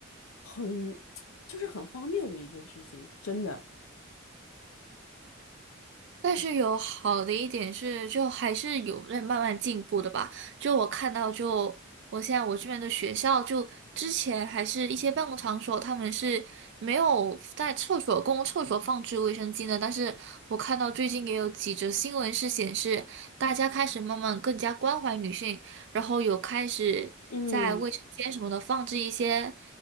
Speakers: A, on the left; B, on the right.
A: 很 <tsk> 就是很荒谬的一件事情，真的。
B: 但是有好的一点是，就还是有在慢慢进步的吧。就我看到就，我现在我这边的学校，就之前还是一些办公场所，他们是没有在厕所公共厕所放置卫生巾的。但是我看到最近也有几则新闻是显示，大家开始慢慢更加关怀女性，然后有开始在卫生间什么的放置一些
A: 嗯